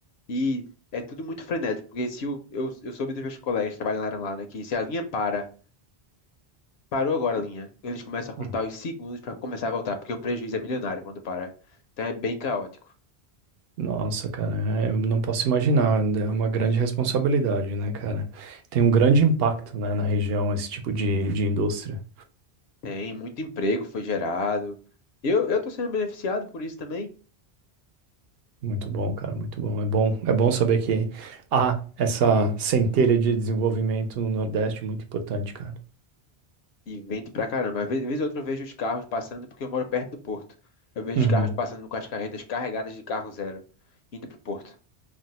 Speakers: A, on the left; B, on the right.
A: E é tudo muito frenético, porque se o, eu, eu soube dos meus colegas que trabalharam lá, né, que se a linha para, parou agora a linha, eles começam a contar
B: Uhum.
A: os segundos para começar a voltar, porque o prejuízo é milionário quando para. Então é bem caótico.
B: Nossa, cara, é, eu não posso imaginar. É uma grande responsabilidade, né, cara? Tem um grande impacto, né, na região esse tipo de, de indústria.
A: Tem muito emprego foi gerado. Eu, eu tô sendo beneficiado por isso também.
B: Muito bom, cara, muito bom. É bom, é bom saber que há essa centelha de desenvolvimento no Nordeste muito importante, cara.
A: E vende pra caramba. Às ve- vez ou outra eu vejo os carros passando, porque eu moro perto do porto. Eu vejo
B: Uhum.
A: os carros passando com as carretas carregadas de carro zero, indo pro porto.